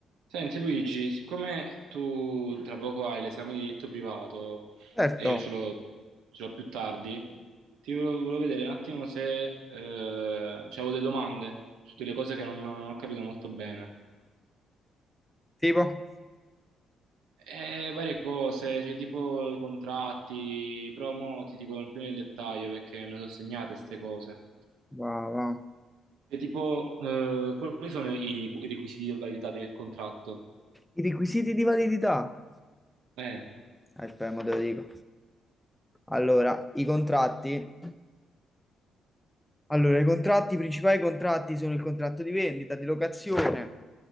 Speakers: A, on the right (about 90°); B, in the centre.
A: Senti Luigi, siccome tu tra poco hai l'esame di diritto privato
B: Certo,
A: e io ce l'ho ce l'ho più tardi, ti volevo, volevo vedere un attimo se eh, c'avevo delle domande su delle cose che non, non ho capito molto bene.
B: tipo,
A: E varie cose, cioè, tipo i contratti, però mo ti dico più nel dettaglio perché me le sono segnate queste cose.
B: va, va.
A: E tipo, eh, quali sono i, i requisiti di validità del contratto?
B: I requisiti di validità.
A: Eh,
B: Aspetta, mo te lo dico. Allora, i contratti. Allora, i contratti, i principali contratti sono il contratto di vendita, di locazione,